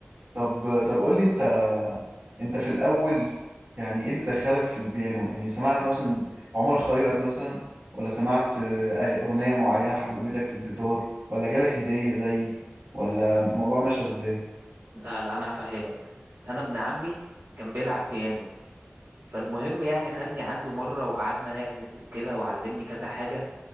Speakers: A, on the right (about 70°); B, on the right (about 80°).
A: طب طب قول لي أنت أنت في الأول يعني إيه اللي دخلك في البيانو يعني سمعت مثلا عمر خيرت مثلا ولا سمعت آه، أغ- أغنية معينة حببتك في الجيتار ولا جالك هدية زيي ولا الموضوع ماشي إزاي؟
B: لا لا انا هفهمك انا ابن عمي كان بيلعب بيانو فالمهم يعني خدني عنده مرة وقعدنا نعزف وكده وعلمني كذا حاجة